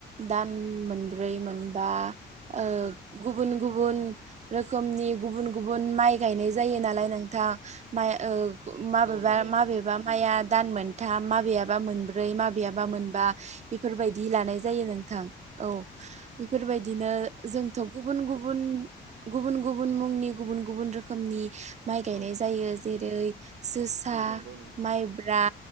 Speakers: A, on the right; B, on the right.
A: दान मोनब्रै मोनबा
B: औ
A: ओ गुबुन गुबुन रोखोमनि गुबुन गुबुन माइ गायनाय जायो नालाय नोंथां माइ ओ माबेबा
B: औ नंगौ
A: माबेबा माइआ दान मोनथाम माबेयाबा मोन ब्रै माबेयाबा मोनबा इफोरबायदि लानाय जायो नोंथां औ इफोरबायदिनो ओ जोंथ' गुबुन गुबुन गुबुन गुबुन मुंनि गुबुन गुबुन रोखोमनि माइ गायनाय
B: औ
A: जायो। जेरै जोसा,
B: नंगौ नोंथां
A: माइब्रा